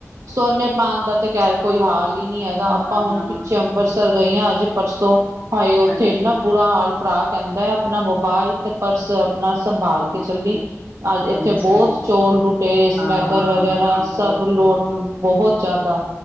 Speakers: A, on the right (about 75°); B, on the right (about 40°).
A: ਸੋਨੇ ਪਾਨ ਦਾ ਤੇ ਖੈਰ ਕੋਈ ਹਾਲ ਹੀ ਨਹੀਂ ਹੈਗਾ। ਆਪਾਂ
B: ਨਾ
A: ਹੁਣ
B: ਨਾ
A: ਪਿੱਛੇ ਅੰਮ੍ਰਿਤਸਰ ਗਈ ਹਾਂ ਅੱਜ ਪਰਸੋਂ। ਹਾਏ ਉੱਥੇ
B: ਹਾਂਜੀ
A: ਇੰਨਾ ਬੁਰਾ ਹਾਲ ਭਰਾ ਕਹਿੰਦਾ। ਆਪਣਾ ਮੋਬਾਇਲ ਤੇ ਪਰਸ ਆਪਣਾ ਸੰਭਾਲ
B: ਹਾਂਜੀ
A: ਕੇ ਚੱਲੀ ਅ ਇੱਥੇ
B: ਹਾਂਜੀ
A: ਬਹੁਤ ਚੋਲ ਲੁਟੇਰੇ, ਸਮੈਗਰ,
B: ਹਾਂ ਹਾਂ
A: ਵਗੈਰਾ
B: ਬਹੁਤ
A: ਸਭ ਲੋ
B: ਬਹੁਤ
A: ਕ, ਬਹੁਤ ਜ਼ਿਆਦਾ।